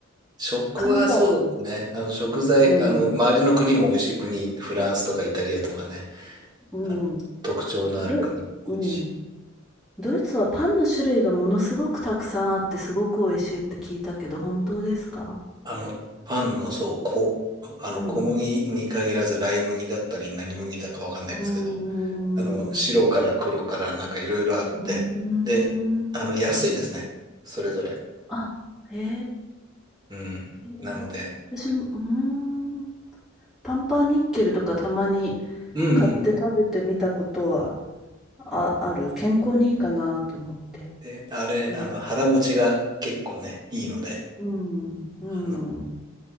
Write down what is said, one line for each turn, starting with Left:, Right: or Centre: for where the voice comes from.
Right: 食はそうですね。
Centre: カナダ、
Right: あの食材、
Centre: うん、
Right: あの、周りの国も美味しい国、フランスとかイタリアとかね、
Centre: うん、
Right: あの、特徴のある国も多いし。
Centre: ど、うん、ドイツはパンの種類がものすごくたくさんあってすごく美味しいって聞いたけど、本当ですか？
Right: あの、パンの、そう、こ、あの、
Centre: うん。
Right: 小麦に限らず、ライ麦だったり、何麦だかわかんないですけど、
Centre: うーん。
Right: あの、白から黒から、
Centre: う
Right: なんかいろいろあって、
Centre: ーん。
Right: で、あの、安いですね。それぞれ。
Centre: あ、へえ。
Right: うん。
Centre: へえ、
Right: なので、
Centre: 私も、うーん、パンパンニッケルとかたまに
Right: うんうん。
Centre: 買って食べてみたことはあ、ある。健康にいいかなと思って。
Right: で、あれ、
Centre: うん。
Right: あの、腹持ちが結構ね、いいので、
Centre: うん。うん。
Right: あの、